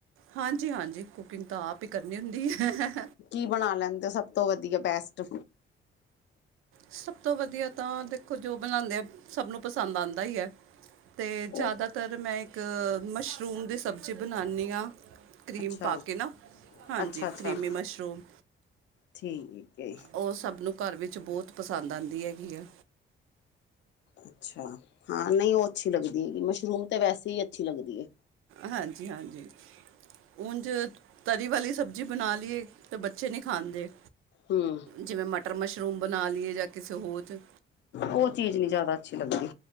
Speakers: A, on the right; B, on the left.
A: ਹਾਂਜੀ-ਹਾਂਜੀ ਕੁਕਿੰਗ ਤਾਂ ਆਪ ਹੀ ਕਰਨੀ ਹੁੰਦੀ ਹੈ।
B: ਕੀ ਬਣਾ ਲੈਂਦੇ ਔ ਸਭ ਤੋਂ ਵਧੀਆ ਬੈਸਟ।
A: ਸਭ ਤੋਂ ਵਧੀਆ ਤਾਂ ਦੇਖੋ ਜੋ ਬਣਾਉਂਦੇ ਆ ਸਭ ਨੂੰ ਪਸੰਦ ਆਉਂਦਾ ਹੀ ਹੈ। ਤੇ
B: ਉਹ
A: ਜ਼ਿਆਦਾਤਰ ਮੈਂ ਇੱਕ ਮਸ਼ਰੂਮ ਦੀ ਸਬਜ਼ੀ ਬਣਾਨੀ ਆਂ। ਕਰੀਮ
B: ਅੱਛਾ
A: ਪਾ ਕੇ ਨਾ ਹਾਂਜੀ
B: ਅੱਛਾ ਅੱਛਾ
A: ਕਰੀਮੀ ਮਸ਼ਰੂਮ।
B: ਠੀਕ ਏ।
A: ਉਹ ਸਭ ਨੂੰ ਘਰ ਵਿੱਚ ਬਹੁਤ ਪਸੰਦ ਆਦੀ ਹੈਗੀ ਆ।
B: ਅੱਛਾ, ਹਾਂ ਨਹੀਂ ਉਹ ਅੱਛੀ ਲੱਗਦੀ ਹੈਗੀ ਮਸ਼ਰੂਮ ਤੇ ਵੈਸੇ ਹੀ ਅੱਛੀ ਲੱਗਦੀ ਏ।
A: ਹਾਂਜੀ-ਹਾਂਜੀ। ੳਝ ਤਰੀ ਵਾਲੀ ਸਬਜ਼ੀ ਬਣਾ ਲਈਏ ਤਾਂ ਬੱਚੇ ਨਹੀਂ ਖਾਂਦੇ।
B: ਹਮ
A: ਜਿਵੇਂ ਮਟਰ-ਮਸ਼ਰੂਮ ਬਣਾ ਲਈਏ ਜਾਂ ਕਿਸੇ ਹੋਰ ਚ
B: ਉਹ ਚੀਜ਼ ਨੀ ਜਿਆਦਾ ਅੱਛੀ ਲੱਗਦੀ।